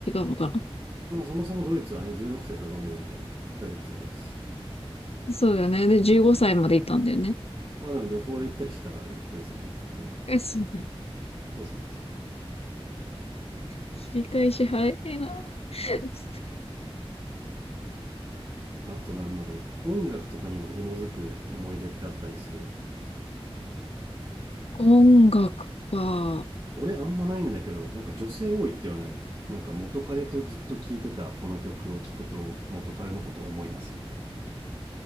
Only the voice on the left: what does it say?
のかな。
うんそうだよね。で、15歳までいたんだよね。
<laughs> えそう
切り返し早いな。<laughs>
音楽か。